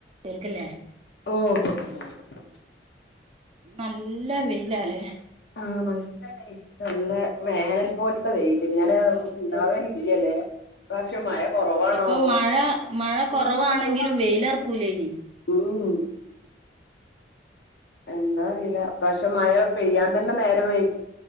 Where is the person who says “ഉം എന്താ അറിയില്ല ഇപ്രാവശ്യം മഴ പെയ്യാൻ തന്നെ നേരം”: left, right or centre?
Left